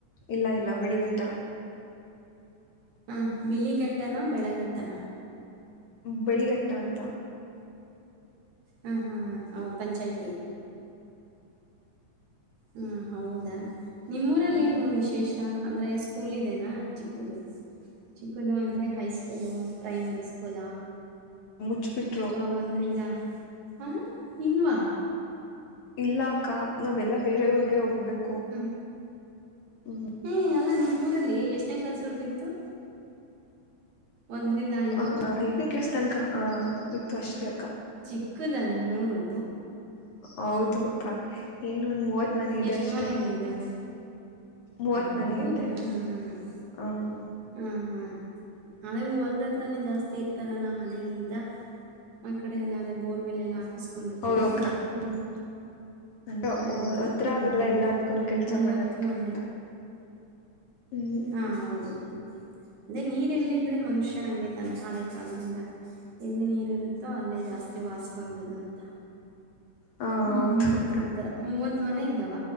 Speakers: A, on the left (about 65°); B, on the right (about 70°).
A: ಇಲ್ಲ ಇಲ್ಲ ಬಿಳಿಗಟ್ಟ
B: ಹಾ ಬಿಳಿಗಟ್ಟನ ಬೆಳಗಟ್ಟನ
A: ಬಳಿಗಟ್ಟ ಅಂತ
B: ಹಾ ಹಾ ಹಾ ಪಂಚಾಯತಿ ಹಾ ಹೌದಾ ನಿಮ್ಮೂರಲ್ಲೇನು
A: ಹ್ಮ್
B: ವಿಶೇಷ ಅಂದ್ರೆ ಸ್ಕೂಲ್ ಇದ್ ದೇನಾ ಚಿಕ್ಕದು ಚಿಕ್ಕದು ಅಂದ್ರೆ ಹೈಸ್ಕೂಲು ಪ್ರೈಮರಿ ಸ್ಕೂಲಾ
A: ಮುಚ್ಬಿಟ್ರು
B: ಅಥವಾ ಒಂದರಿಂದ ಹಾ ಇಲ್ವಾ
A: ಇಲ್ಲ ಅಕ್ಕ ನಾವೆಲ್ಲಾ ಬೇರೆ ಊರ್ಗೆ ಹೋಗ್ಬೇಕು
B: ಹ್ಮ
A: ಹ್ಮ್
B: ಹ್ಮ ಅಲ್ಲಾ ನಿಮ್ಮೂರಲ್ಲಿ ಎಷ್ಟನೇ ಕ್ಲಾಸ್ ವರೆಗೂ ಇತ್ತು ಒಂದರಿಂದ ಐದು
A: ಹಾ ಐದನೇ ಕ್ಲಾಸ್ ತನಕ ಆ ಇತ್ತು ಅಷ್ಟೆ
B: ಚಿಕ್ಕದ ನಿಮ್ಮೂರು
A: ಹೌದು ಅಕ್ಕ ಏನ್ ಒಂದ್ ಮೂವತ್ ಮನೆ ಇದೆ
B: ಎಷ್ಟು
A: ಅಷ್ಟೆ
B: ಮನೆಗಳಿದ್ದಾವೆ
A: ಮೂವತ್
B: ಹೌದಾ
A: ಮನೆ ಇದೆ ಹ್ಮ್
B: ಹಾ ಹಾ ಅದೇ ಹೊಲ್ದ ಹತ್ರಾನೇ ಜಾಸ್ತಿ ಇರ್ತಾರಲ್ಲ ಮನೆಗಿಂತ ಆ ಕಡೆ ಎಲ್ಲ ಅದೆೇ ಬೋರ್ವೆಲ್ ಎಲ್ಲ ಹಾಕಿಸ್ಕೊಂಡಿರ್ತಾರೆ
A: ಹೌದು ಅಕ್ಕ ಹ್ಮ್ ಅಂದ್ರೆ
B: ಅದಕ್ಕೆ
A: ಹತ್ರ
B: ಹ್ಮ್
A: ಆಗಲ್ಲ
B: ಹ್ಮ್
A: ಎಲ್ಲದಕ್ಕೂ ಕೆಲ್ಸ
B: ಮೂವತ್ತು
A: ಮಾಡಕ್ಕೆ
B: ಮನೆ
A: ಅಂತ ಹ್ಮ್
B: ಹಾಂ ಹೌದೌದು ಅದೇ ನೀರೆಲ್ಲಿದ್ದ್ರೆ ಮನುಷ್ಯ ಹಂಗೆ ತಾನೆ ಹಳೆ ಕಾಲದಿಂದ ಎಲ್ಲಿ ನೀರು ಇರುತ್ತೋ ಅಲ್ಲೇ ಜಾಸ್ತಿ ವಾಸವಾಗೋದು ಅಂತ
A: ಹ
B: ಹ್ಮ್
A: ಹೌದು
B: ಹ್ಮ್
A: ಅಕ್ಕ
B: ಆತರ ಮೂವತ್. ಮನ ಇದಾವ.